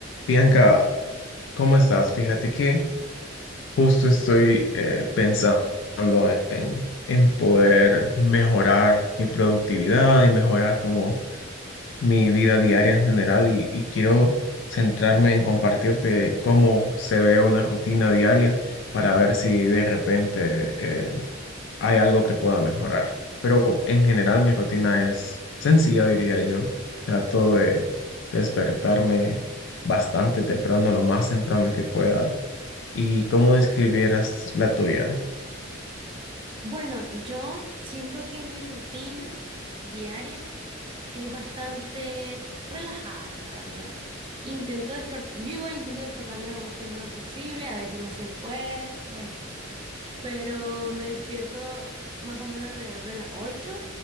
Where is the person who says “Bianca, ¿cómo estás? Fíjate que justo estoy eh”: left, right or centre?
Left